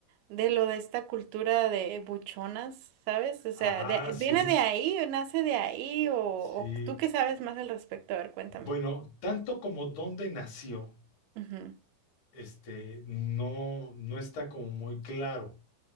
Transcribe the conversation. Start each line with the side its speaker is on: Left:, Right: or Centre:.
Right: mm, de lo de esta cultura de buchonas, ¿sabes? O sea,
Left: Ah,
Right: de-
Left: sí,
Right: ¿viene de ahí o nace de ahí? O, o
Left: sí.
Right: tú qué sabes más al respecto? A ver, cuéntame.
Left: Bueno, tanto como dónde nació,
Right: Ujú,
Left: este, no, no está como muy claro.